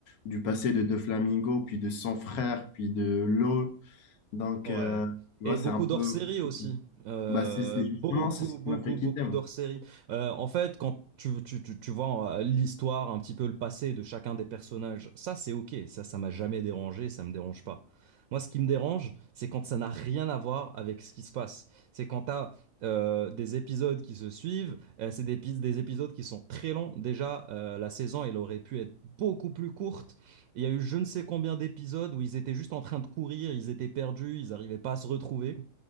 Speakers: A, on the left; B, on the right.
A: du passé de Flamingo, puis de son frère, puis de l'eau. Donc,
B: Ouais.
A: euh, tu
B: Et
A: vois, c'est
B: beaucoup
A: un peu...
B: d'hors-série
A: compliqué.
B: aussi. Euh,
A: Bah, c'est c'est
B: beaucoup,
A: justement c'est ce qui
B: beaucoup,
A: m'a fait quitter,
B: beaucoup
A: moi.
B: d'hors-série. Euh, en fait, quand tu, tu, tu, tu vois euh, l'histoire, un petit peu le passé de chacun des personnages, ça, c'est OK. Ça, ça m'a jamais dérangé, ça me dérange pas. Moi, ce qui me dérange, c'est quand ça n'a rien à voir avec ce qui se passe. C'est quand t'as as des épisodes qui se suivent, euh, c'est des, épis- des épisodes qui sont très longs. Déjà, euh, la saison, elle aurait pu être beaucoup plus courte. Il y a eu je ne sais combien d'épisodes où ils étaient juste en train de courir, ils étaient perdus, ils n'arrivaient pas à se retrouver.